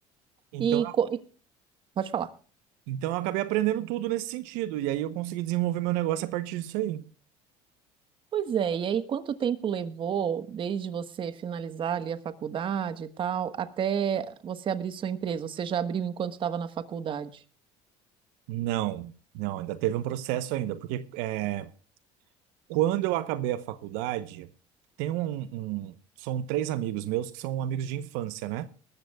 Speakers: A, on the right; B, on the right.
A: Então,
B: E, co- e- pode falar.
A: então eu acabei aprendendo tudo nesse sentido. E aí eu consegui desenvolver meu negócio a partir disso aí.
B: Pois é, e aí quanto tempo levou desde você finalizar ali a faculdade e tal, até você abrir sua empresa? Ou Você já abriu enquanto estava na faculdade?
A: Não, não, ainda teve um processo ainda, porque é, quando eu acabei a faculdade, tem um, um- são três amigos meus que são amigos de infância, né?